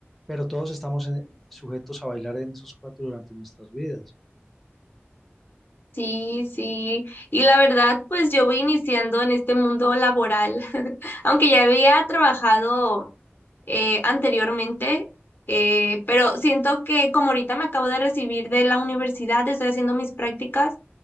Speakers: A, in the centre; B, on the left.
A: Pero todos estamos en- sujetos a bailar en esos cuatro durante nuestras vidas.
B: Sí, sí. Y la verdad, pues yo voy iniciando en este mundo laboral, <laughs> aunque ya había trabajado eh, anteriormente, eh, pero siento que como ahorita me acabo de recibir de la universidad, estoy haciendo mis prácticas.